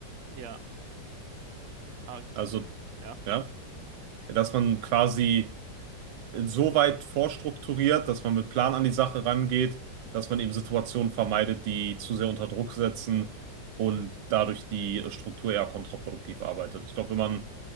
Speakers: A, on the right; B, on the right.
A: Ja, ah,
B: Also,
A: ja,
B: ja, dass man quasi insoweit vorstrukturiert, dass man mit Plan an die Sache rangeht, dass man eben Situationen vermeidet, die zu sehr unter Druck setzen und dadurch die äh, Struktur eher kontraproduktiv arbeitet. Ich glaube, wenn man